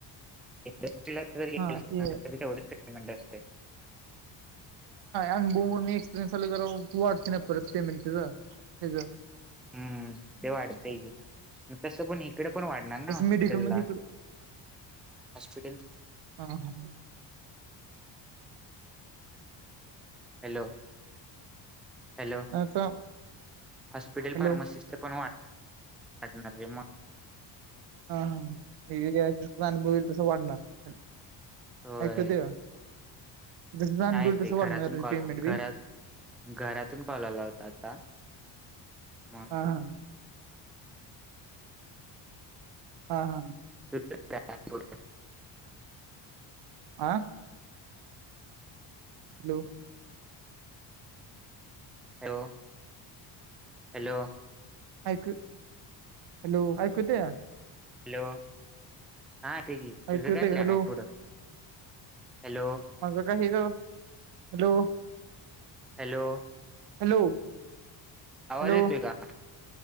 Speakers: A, in the centre; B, on the right.
A: इंडट्रीला जर गेला
B: हा
A: असताना
B: ते
A: तरी तेवढच पेमेंट असते.
B: अन बमर एक्सपिरियन्स आला क तू वाटते नाही परत पेमेंट त्याच
A: हम्म ते वाढते की तसं पण इकड पण वाढणार ना
B: तसं
A: हॉस्पिटला
B: मेडिकल मध्ये
A: हॉस्पिटल
B: हा हा.
A: हॅलो. हॅलो
B: आता
A: हॉस्पिटल
B: हॅलो
A: फार्मासिस्ट च पण वाट अजमर रेमान
B: हा हा हे अनुभव यईल तसं वाढणार
A: होय.
B: ऐकु येते का? जसं अनुभव
A: नाही
B: येईल
A: ते
B: तसं
A: घरातून
B: वाढणार तुझं
A: कॉल
B: पेमेंट बी
A: घरात घरातून कॉल आला होता आता. म
B: हा हा हा हा
A: <unintelligible>
B: आं हॅलो
A: हॅलो हॅलो
B: ऐक हॅलो ऐकु येते क़ा?
A: हॅलो, हा ठीक आहे तुझं
B: ऐकू येतंय
A: काय प्लॅन
B: का हॅलो
A: आहे पुढं? हॅलो
B: माझ काय? हे, हॅलो
A: हॅलो
B: हॅलो
A: आवाज
B: हॅलो
A: येते का?